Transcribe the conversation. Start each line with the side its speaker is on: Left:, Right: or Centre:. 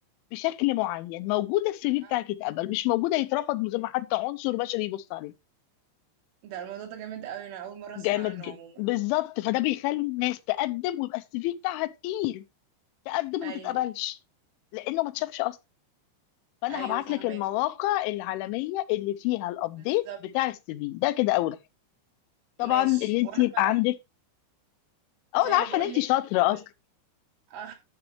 Left: بشكل معين موجودة السي في
Right: اه
Left: بتاعك يتقبل مش موجودة يترفض من غير ما حتى عنصر بشري يبص عليه
Right: ده الموضوع ده جامد قوي انا اول مره اسمع
Left: جامد
Right: عنه
Left: جدا
Right: عموما
Left: بالظبط فده بيخلي الناس تقدم ويبقى السي في بتاعها تقيل تقدم
Right: ايوه
Left: وما تتقبلش لانه ما اتشافش اصلا فانا
Right: ايوه
Left: هبعت
Right: فهمك
Left: لك المواقع العالميه اللي فيها الابديت
Right: بالظبط
Left: بتاع السي في ده كده اول حاجه طبعا
Right: ماشي
Left: اللي انت
Right: وانا
Left: يبقى
Right: فعلا
Left: عندك
Right: زي
Left: اه انا عارفه
Right: ما بقول
Left: ان انت
Right: لك
Left: شاطره
Right: هحاول
Left: اصلا
Right: <laughs> آه،